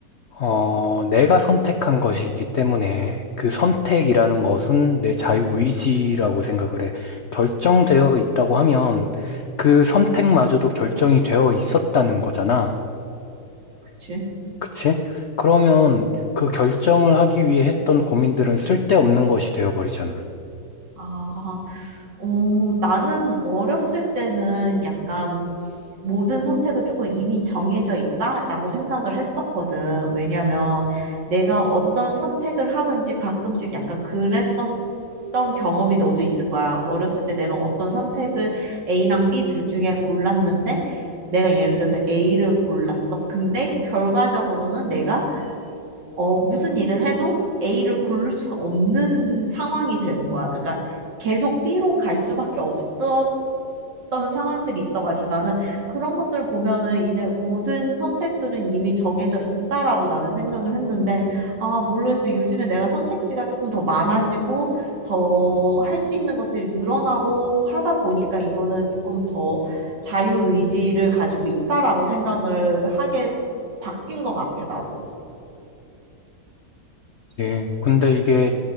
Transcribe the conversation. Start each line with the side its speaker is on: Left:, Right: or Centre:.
Left: 어, 내가 선택한 것이기 때문에 그 선택이라는 것은 내 자유의지라고 생각을 해. 결정되어 있다고 하면 그 선택마저도 결정이 되어 있었다는 거잖아.
Right: 그치?
Left: 그치? 그러면 그 결정을 하기 위해 했던 고민들은 쓸데없는 것이 되어버리잖아.
Right: 아, 어, 나는 어렸을 때는 약간 모든 선택은 조금 이미 정해져 있다라고 생각을 했었거든. 왜냐면 내가 어떤 선택을 하든지 가끔씩 약간 그랬었던 경험이 너도 있을 거야. 어렸을 때 내가 어떤 선택을 A랑 B 둘 중에 골랐는데 내가 예를 들어서 A를 골랐어. 근데 결과적으로는 내가 어, 무슨 일을 해도 A를 고를 수가 없는 상황이 되는 거야. 그러니까 계속 B로 갈 수밖에 없었던 상황들이 있어가지고 나는 그런 것들을 보면은 이제 모든 선택들은 이미 정해져 있다라고 나는 생각을 했는데 아, 모르겠어요. 요즘에 내가 선택지가 조금 더 많아지고 더 할 수 있는 것들이 늘어나고 하다 보니까 이거는 조금 더 자유의지를 가지고 있다라고 생각을 하게 바뀐 것 같아, 나도.
Left: 예, 근데 이게